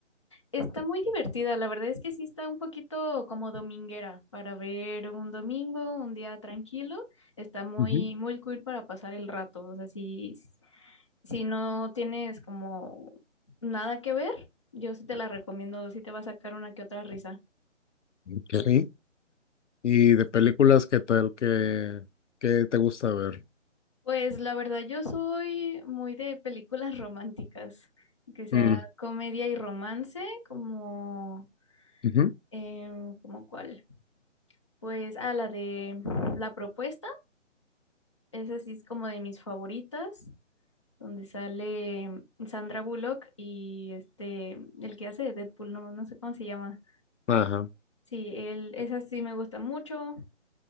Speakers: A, on the left; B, on the left.
A: Está muy divertida, la verdad es que sí está un poquito como dominguera para ver un domingo, un día tranquilo. Está muy,
B: Ujú.
A: muy cool para pasar el rato. O sea, si, si no tienes como nada que ver, yo sí te la recomiendo, sí te va a sacar una que otra risa.
B: Ok. Y de películas, ¿qué tal? ¿Qué, qué te gusta ver?
A: Pues la verdad, yo soy muy de películas románticas, que sea
B: Mm,
A: comedia y romance, como,
B: ujú.
A: em, ¿como cuál? Pues ah la de La Propuesta, esa sí es como de mis favoritas, donde sale Sandra Bullock y este, el que hace de Deadpool, no, no sé cómo se llama.
B: Ajá.
A: Sí, él, esa sí me gusta mucho.